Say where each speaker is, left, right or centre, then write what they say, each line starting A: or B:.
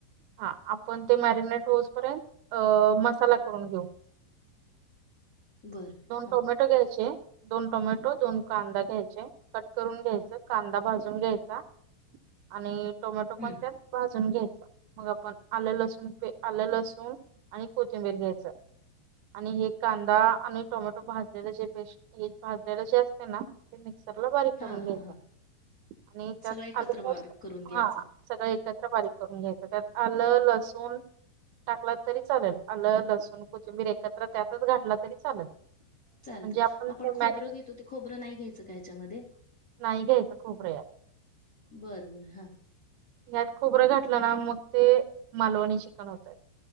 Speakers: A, on the right (about 80°); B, on the left (about 30°).
A: हा आपण ते मॅरिनेट होजपर्यंत मसाला करून घेऊ
B: बर
A: दोन
B: हा
A: टोमॅटो घ्यायचे दोन टोमॅटो, दोन कांदा घ्यायचे कट करून घ्यायचे कांदा भाजून घ्यायचा आणि टोमॅटो
B: हम्म
A: पण त्यात भाजून घ्यायच मग आपण आले लसून प आले लसुन आणि कोथिंबीर घ्यायचं आणि हे कांदा आणि टोमॅटो भाजलेलं जे पेस्ट हे भाजलेलं जे असते ना ते मिक्सरला बारीक
B: हा
A: करून
B: हा
A: घ्यायच
B: हा
A: आणि त्यात
B: सगळं एकत्र
A: आलं
B: बारीक करून घ्यायचं
A: हा सगळं एकत्र बारीक करून घ्यायचं त्यात आलं लसूण टाकला तरी चालेल आलं लसूण, कोथिंबीर एकत्र त्यातच घातला तरी चालेल
B: चालत
A: म्हणजे ते
B: आपण खोबरं
A: मॅरिनेट
B: घेतो ते खोबरं नाही घ्यायचं का याच्यामध्ये?
A: नाही घ्यायचं खोबर यात
B: बरं, बरं हां
A: यात खोबरं घातलं ना मग ते मालवणी चिकन होतय